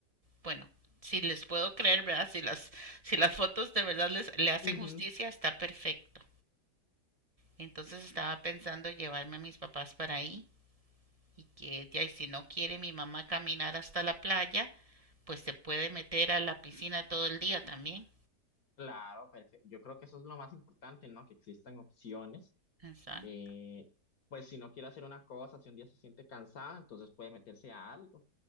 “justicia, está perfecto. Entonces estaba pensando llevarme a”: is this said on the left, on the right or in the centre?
Right